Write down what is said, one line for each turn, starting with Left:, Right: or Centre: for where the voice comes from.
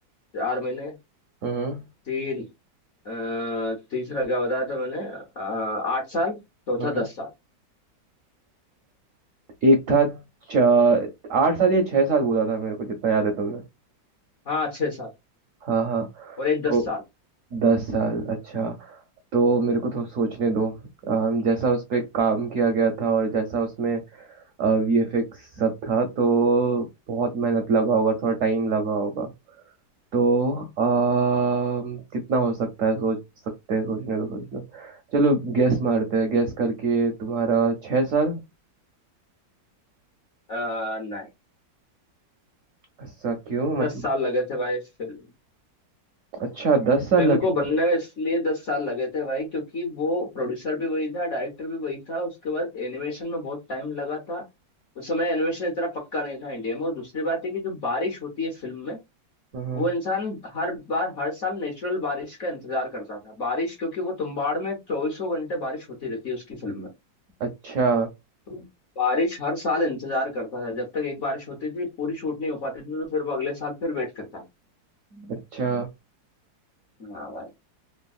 Left: चार महीने
Right: हम्म
Left: तीन अ, तीसरा क्या बताया था मैंने अ, आठ साल चौथा
Right: हम्म
Left: दस साल
Right: एक था च- आठ साल या छह साल बोला था मेरे को जितना याद है तुमने
Left: हाँ छह साल
Right: हाँ हाँ
Left: और एक दस
Right: तो
Left: साल
Right: दस साल अच्छा तो मेरे को थोड़ा सोचने दो अम, जैसा उस पे काम किया गया था और जैसा उसमें वीएफएक्स सब था तो बहुत मेहनत लगा होगा थोड़ा टाइम लगा होगा तो अम, कितना हो सकता है सोच सकते हैं सोचने दो सोचने दो। चलो गैस मारते हैं गैस करके तुम्हारा छः साल
Left: अ, नहीं
Right: ऐसा क्यों मतलब
Left: दस साल लगे थे भाई इस फिल्म
Right: अच्छा दस साल
Left: फिल्म
Right: लगे
Left: को बनने में इसलिए दस साल लगे थे भाई क्योंकि वो प्रोड्यूसर भी वही था डायरेक्टर भी वही था उसके बाद एनिमेशन में बहुत टाइम लगा था उस समय एनिमेशन इतना पक्का नहीं था इंडिया में और दूसरी बात है कि जो बारिश होती है फिल्म में
Right: हम्म
Left: वो इंसान हर बार हर साल नेचुरल बारिश का इंतजार करता था बारिश क्योंकि वो तुम्बाड़ में चौबीसों घंटे बारिश होती रहती है उसकी फिल्म में
Right: अच्छा
Left: तो बारिश हर साल इंतजार करता था जब तक एक बारिश होती थी पूरी शूट नहीं हो पाती थी तो फिर वो अगले साल फिर वेट करता था
Right: अच्छा
Left: हाँ भाई